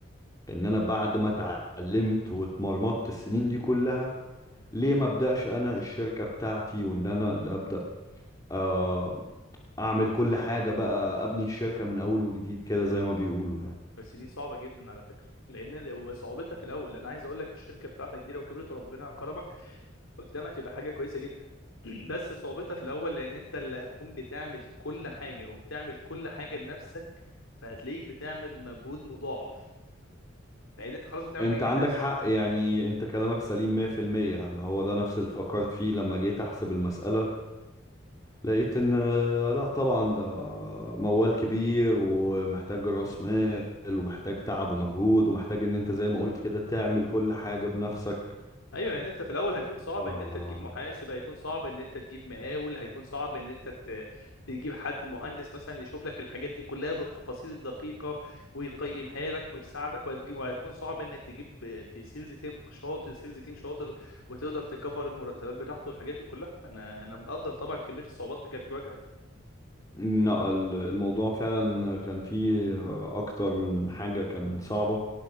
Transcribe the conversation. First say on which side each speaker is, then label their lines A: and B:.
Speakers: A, on the left; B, on the left.
A: ان انا بعد ما اتعلمت واتمرمطت السنين دي كلها ليه ما ابدأش انا الشركة بتاعتي وان انا اللي ابدأ آه، اعمل كل حاجة بقى ابني الشركة من اول وجديد كده زي ما بيقولوا يعني
B: بس دي صعبة جدا على فكرة لان ال- صعوبتها في الاول انا عايز اقول لك الشركة بتاعتك دي لو كبرت وربنا كرمك قدامك تبقى حاجه كويسه جدا <clears throat> بس صعوبتها في الاول لان انت اللي هتكون بتعمل كل حاجه وبتعمل كل حاجه لنفسك فهتلاقيك بتعمل مجهود مضاعف لان انت خلاص بتعمل
A: انت
B: الحاجه دي
A: عندك
B: لنفسك
A: حق يعني انت كلامك سليم 100% يعني هو ده نفس اللي فكرت فيه لما جيت احسب المسألة لقيت ان آه، لا طبعا ده موال كبير ومحتاج راس مال ومحتاج تعب ومجهود ومحتاج ان انت زي ما قلت كده تعمل كل حاجة بنفسك
B: ايوه لان انت في الاول هيكون صعب
A: آه،
B: ان انت تجيب محاسب هيكون صعب ان انت تجيب مقاول هيكون صعب ان انت ت- تجيب حد مهندس مثلا يشوف لك الحاجات دي كلها بالتفاصيل الدقيقه ويقيمها لك ويساعدك وهتجيب وهيكون صعب انك تجيب ت- سيلز تيم شاطر سيلز تيم شاطر وتقدر تكفر المرتبات بتاعته والحاجات دي كلها انا انا مقدر طبعا كميه الصعوبات اللي كانت بتواجهك
A: لا ال- الموضوع فعلا كان فيه اكتر من حاجة كان صعبة